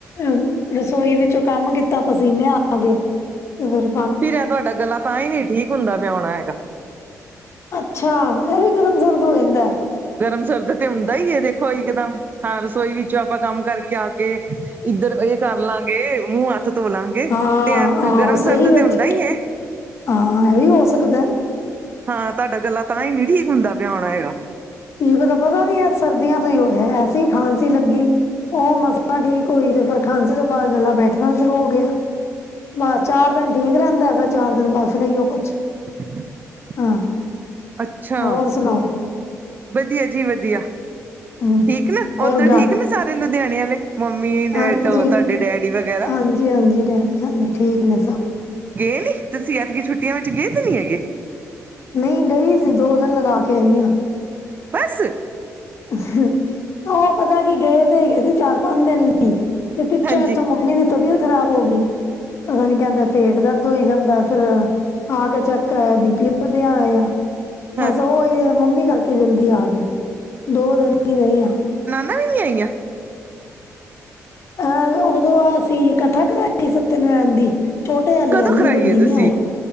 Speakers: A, on the left; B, on the right.
A: ਅ ਰਸੋਈ ਵਿੱਚੋਂ ਕੰਮ ਕੀਤਾ, ਪਸੀਨੇ ਆ ਗਏ ਤੇ ਫੇਰ।
B: ਫਿਰ ਐ ਤੁਹਾਡਾ ਗਲਾ ਤਾਂ ਹੀ ਨਹੀਂ ਠੀਕ ਹੁੰਦਾ ਪਿਆ ਹੋਣਾ ਹੈਗਾ।
A: ਅੱਛਾ, ਇਹ ਵੀ ਗਰਮ ਸਰਦ ਹੋ ਜਾਂਦੈ।
B: ਗਰਮ ਸਰਦ ਤੇ ਹੁੰਦਾ ਹੀ ਹੈ ਦੇਖੋ ਇਕਦਮ, ਹਾਂ ਰਸੋਈ ਵਿੱਚੋਂ। ਆਪਾਂ ਕੰਮ ਕਰਕੇ ਆ ਕੇ ਇੱਧਰ ਇਹ ਕਰ ਲਾਂਗੇ, ਮੂੰਹ ਹੱਥ। ਧੋ ਲਾਂਗੇ
A: ਹਾਂ,
B: ਤੇ ਏਹ
A: ਆਹੋ
B: ਗਰਮ
A: ਸਹੀ
B: ਸਰਦ
A: ਵਿੱਚ
B: ਤੇ ਹੁੰਦਾ ਹੀ ਹੈ।
A: ਹਾਂ, ਇਹ ਵੀ ਹੋ ਸਕਦੈ।
B: ਹਾਂ, ਤੁਹਾਡਾ ਗਲਾ ਤਾਂ ਹੀ ਨੀ ਠੀਕ ਹੁੰਦਾ ਪਿਆ ਹੋਣਾ ਹੈਗਾ।
A: <unintelligible> ਤਾਂ ਪਤਾ ਵੀ ਹੈ ਸਰਦੀਆਂ ਤੋਂ ਹੀ ਹੋਇਆ, ਐਸੀ ਖਾਂਸੀ ਲੱਗੀ ਉਹ ਮਸਾਂ ਠੀਕ ਹੋਈ ਤੇ ਫਿਰ ਖਾਂਸੀ ਤੋਂ ਬਾਅਦ ਗੱਲਾਂ ਬੈਠਣਾ ਸ਼ੁਰੂ ਹੋ ਗਿਆ। ਬਸ ਚਾਰ ਦਿਨ ਠੀਕ ਰਹਿੰਦਾ ਹੈਗਾ, ਚਾਰ ਦਿਨ ਬਸ ਏਹੀਓ ਕੁਛ।
B: <inaudible>
A: ਹਾਂ,
B: ਅੱਛਾ
A: ਹੋਰ ਸੁਣਾਓ।
B: ਵਧੀਆ ਜੀ, ਵਧੀਆ,
A: ਹੂੰ
B: ਠੀਕ ਨੇ
A: ਹੋਰ
B: ਓਧਰ
A: ਗ
B: ਠੀਕ ਨੇ, ਸਾਰੇ ਲੁਧਿਆਣੇ ਵਾਲੇ ਮੰਮੀ
A: ਹਾਂਜੀ,
B: ਡੈ ਉਹ ਤੁਹਾਡੇ ਡੈਡੀ ਵਗੈਰਾ।
A: ਹਾਂਜੀ, ਹਾਂਜੀ, ਡੈਡੀ ਹਾਂਜੀ, ਠੀਕ ਨੇ ਸਭ
B: ਗਏ ਨੀ, ਤੁਸੀਂ ਐਤਕੀ ਛੁੱਟੀਆਂ ਵਿੱਚ ਗਏ ਤੇ ਨਹੀਂ ਹੈਗੇ।
A: ਨਹੀਂ ਗਈ ਸੀ, ਦੋ ਦਿਨ ਲਗਾ ਕੇ ਆਈ ਹਾਂ।
B: ਬਸ।
A: ਉਹ ਪਤਾ ਕੀ, ਗਏ ਤੇ ਹੈਗੇ ਸੀ ਚਾਰ ਪੰਜ ਦਿਨ। ਤੇ ਪਿੱਛੋਂ
B: ਹਾਂਜੀ
A: ਇਥੋਂ ਮੰਮੀ ਦੀ ਤਬੀਅਤ ਖਰਾਬ ਹੋ ਗਈ। ਪਤਾ ਨੀ ਕਹਿੰਦੇ ਪੇਟ ਦਰਦ ਹੋਈ ਜਾਂਦਾ ਫੇਰ। ਆ ਕੇ ਚੈੱਕ ਕਰਇਆ, ਬੀ ਪੀ ਵਧਿਆ ਆਇਆ। ਬਸ
B: ਹਾਂ
A: ਉਹ ਹੀ ਮੰਮੀ ਕਰਕੇ ਜਲਦੀ ਆ ਗਏ ਦੋ ਦਿਨ ਨਹੀ ਰਹੇ ਹੈਗੇ।
B: <unintelligible> ਨੀਂ ਆਈਆਂ।
A: ਅਹ, ਉਦੋਂ ਅਸੀਂ ਕਥਾ ਕਰਾਈ ਸਤਯੇ ਨਰੈਣ ਦੀ। ਛੋਟੇ ਵਾਲੀ
B: ਕਦੋਂ
A: ਆਈ,
B: ਕਰਾਈਏ
A: ਵੱਡੀ ਨੀ
B: ਤੁਸੀਂ
A: ਆਈ,